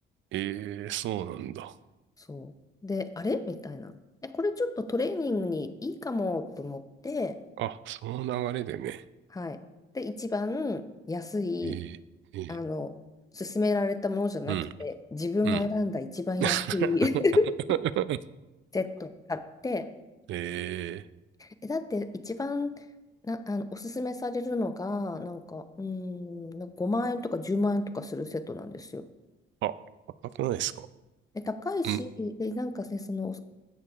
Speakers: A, on the right (about 70°); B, on the left (about 15°).
A: え、ええ、そうなんだ。
B: そう。で、あれみたいな。え、これちょっとトレーニングにいいかもと思って、
A: あ、その流れでね。
B: はい。で、一番安い、
A: ええ、ええ、
B: あの、勧められたものじゃなくて、
A: うん、
B: 自分が選んだ一番安い
A: うん。<laughs>
B: <laughs> セットを買って、
A: ええ
B: え、だって一番な、あの、おすすめされるのが、なんか、うーん、なんか5万円とか10万円とかするセットなんですよ。
A: あ、赤くないですか
B: え、高いし、
A: うん。
B: で、なんかね、その、